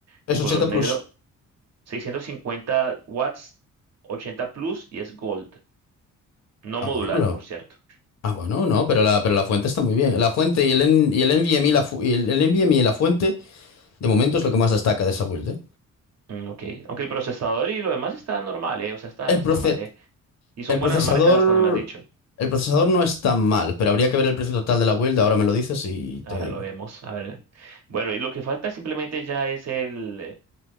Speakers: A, on the right; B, on the left.
A: de
B: Es
A: color
B: ochenta
A: negro,
B: plus.
A: seiscientos cincuenta watts, 80 plus y es gold, no
B: Ah,
A: modular,
B: bueno, la-
A: por cierto.
B: ah, bueno, no, pero la, pero la fuente está muy bien. La fuente y el, N- y el NVMe, y la fu- y el, el NVMe y la fuente, de momento es lo que más destaca de esa build, ¿eh?
A: Mm, ok, aunque el procesador y lo demás está normal, ¿eh? O sea, está,
B: El
A: no está
B: proce-
A: mal, ¿eh? Y son
B: el
A: buenas
B: procesador,
A: marcas hasta donde me has dicho.
B: el procesador no es tan mal, pero habría que ver el precio total de la build. Ahora me lo dices y
A: Ahora
B: te digo.
A: lo vemos, a ver. Bueno, y lo que falta simplemente ya es el,